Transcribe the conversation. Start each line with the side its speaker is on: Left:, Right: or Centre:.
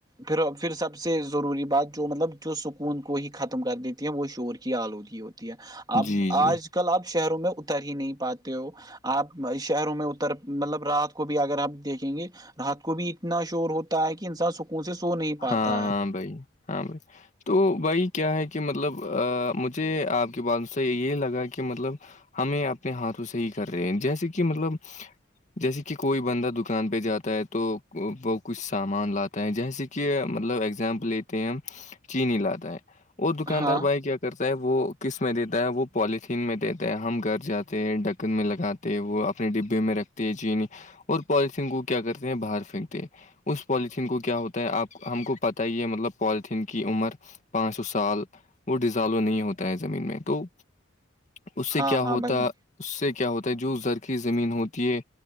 Right: پھر پھر سب سے ضروری بات جو مطلب جو سکون کو ہی ختم کر دیتی ہیں وہ شور کی آلودگی ہوتی ہے اپ
Left: جی جی
Right: آج کل آپ شہروں میں اتر ہی نہیں پاتے ہو آپ شہروں میں اتر مطلب رات کو بھی اگر ہم دیکھیں گے رات کو بھی اتنا شور ہوتا ہے کہ انسان سکون سے سو نہیں پاتا
Left: ہاں
Right: ہے
Left: ہاں بھائی ہاں بائی تو بھائی کیا ہے کہ مطلب مجھے آپ کے بات سے یہ لگا کہ مطلب ہمیں اپنے ہاتھوں سے ہی کر رہے ہیں جیسے کہ مطلب جیسے کہ کوئی بندہ دکان پہ جاتا ہے تو وہ کچھ سامان لاتا ہے جیسے کہ مطلب اگزامپل لیتے ہیں ہم چینینی لاتا ہے اور دکاندار
Right: ہاں
Left: بھائی کیا کرتا ہے وہ کس میں دیتا ہے وہ پولییتھین میں دیتا ہے ہم گھر جاتے ہیں ڈکن میں لگاتے تو وہ اپنے ڈبے میں رکھتے ہیں جینی اور پالتین کو کیا کرتے ہیں باہر پھینکتے اس پالتین کو کیا ہوتا تو آپ ہم کو پتہ ہی ہے مطلب پوالیتھین کی عمر پانچ سو سال وہ ڈیزالو نہیں ہوتا ہے زمین میں تو اس سے
Right: ہاں
Left: کیا
Right: ہاں
Left: ہوتا
Right: بھائی
Left: اس سے کیا ہوتا ہے جو زرخی زمین ہوتی ہے